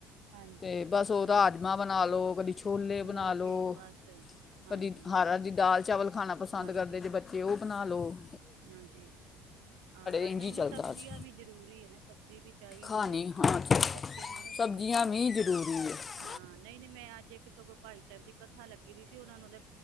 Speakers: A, on the right; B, on the left.
A: ਹਾਂਜੀ
B: ਤੇ ਬਸ ਉਹਦਾ
A: ਹਾਂ
B: ਰਾਜਮਾਂ ਬਣਾ ਲਓ ਕਦੀ ਛੋਲੇ ਬਣਾ
A: ਹੋਰ
B: ਲਉ
A: ਕੀ ਬਸ ਹਾਂਜੀ
B: ਕਦੀ ਹਰ ਹਰ ਦੀ ਦਾਲ ਚਾਵਲ ਖਾਣਾ ਪਸੰਦ
A: ਹਾਂਜੀ
B: ਕਰਦੇ ਜੇ ਬੱਚੇ ਬਣਾ ਲੋ
A: ਹਾਂਜੀ ਹਾਂ ਪਰ
B: ਇੰਜ
A: ਨਹੀਂ
B: ਹੀ ਚੱਲਦਾ
A: ਨਾ ਸਬਜ਼ੀਆਂ
B: ਅੱਜ
A: ਵੀ ਜ਼ਰੂਰੀ ਹੈ ਨਾ ਸਬਜ਼ੀ ਵੀ ਚਾਹੀਦੀ
B: ਖਾਣੀ
A: ਹੈ
B: ਹਾਂ ਜੀ।
A: ਬੱਚੇ ਨੀ ਨਾ
B: ਸਬਜ਼ੀਆਂ
A: ਸਮਝਦੇ ਪਰ
B: ਵੀ ਜ਼ਰੂਰੀ ਹੈ
A: ਹਾਂ ਨਹੀਂ ਨਹੀਂ ਮੈਂ ਅੱਜ ਸਗੋਂ ਭਾਈ ਸਾਹਿਬ ਦੀ ਕਥਾ ਲੱਗੀ ਦੀ ਸੀ ਉਹਨਾਂ ਨੂੰ ਮਤਲਬ